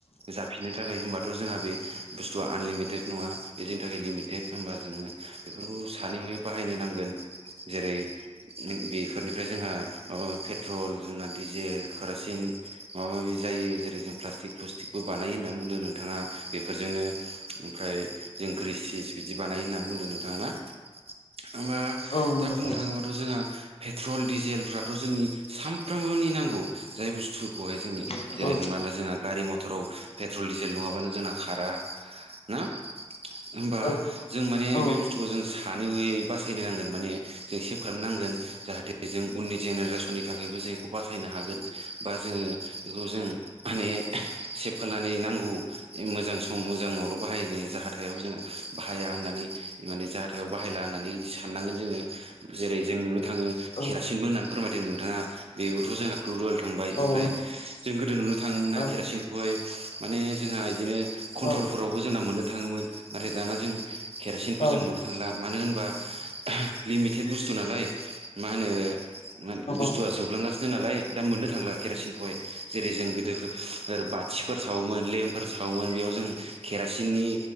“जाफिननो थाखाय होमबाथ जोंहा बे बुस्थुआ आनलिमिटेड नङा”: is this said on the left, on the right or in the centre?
Right